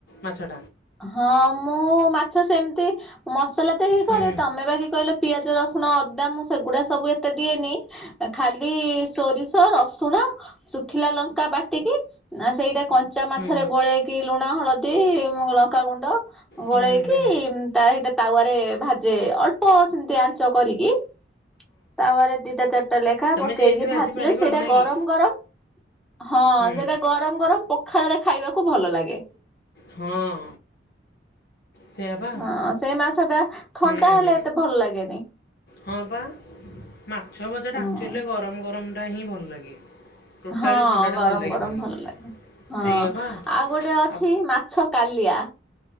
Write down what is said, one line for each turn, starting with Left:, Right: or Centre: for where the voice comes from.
Left: ମାଛ
Centre: ହଁ ମୁଁ ମାଛ ସେମିତି ମସଲା ତ ଇ
Left: ହୁଁ
Centre: କରେ ତମେ ବାକି କହିଲ ପିଆଜ ରସୁଣ ଅଦା ମୁଁ ସେଗୁଡା ସବୁ ଏତେ ଦିଏନି ଖାଲି ସୋରିଷ ରସୁଣ ଶୁଖିଲା ଲଙ୍କା ବାଟିକି ଆ ସେଇଟା କଞ୍ଚା ମାଛରେ
Left: ହୁଁ
Centre: ଗୋଳେଇକି ଲୁଣ ହଳଦୀ ଲଙ୍କାଗୁଣ୍ଡ ଗୋଳେଇକି
Left: ହୁଁ ହୁଁ
Centre: ତା ସହିତ ତାୱରେ ଭାଜେ ଅଳ୍ପ ସେମିତି ଆଞ୍ଚ କରିକି। ତାୱାରେ ଦିଟା ଚାରିଟା ଲେଖା
Left: ତମେ
Centre: ପକେଇକି
Left: ଯେମିତି ଭାଜି
Centre: ଭାଜିଲେ
Left: ପାରିବ
Centre: ସେଇଟା
Left: ଆଉ ନାଇଁ
Centre: ଗରମ
Left: କି?
Centre: ଗରମ ହଁ
Left: ହୁଁ
Centre: ସେଇଟା ଗରମ ଗରମ ପଖାଳରେ ଖାଇବାକୁ ଭଲ ଲାଗେ।
Left: ହଁ। ସେଇଆ ପା
Centre: ହଁ ସେ ମାଛଟା ଥଣ୍ଡା
Left: ହୁଁ
Centre: ହେଲେ
Left: ହୁଁ
Centre: ଏତେ ଭଲ ଲାଗେନି।
Left: ହଁ ପା ମାଛ ଭଜାଟା
Centre: ହୁଁ
Left: ଆକଚ୍ୟୁଲ ରେ ଗରମ ଗରମଟା ହିଁ ଭଲ ଲାଗେ। ଟୋଟାଲି
Centre: ହଁ
Left: ଥଣ୍ଡାଟା
Centre: ଗରମ
Left: ଭଲ ଲାଗିବନି
Centre: ଗରମ ଭଲ ଲାଗେ। ହଁ
Left: ସେଇଆ ପା।
Centre: ଆଉ ଗୋଟେ ଅଛି
Left: ଆଉ
Centre: ମାଛ କାଲିଆ।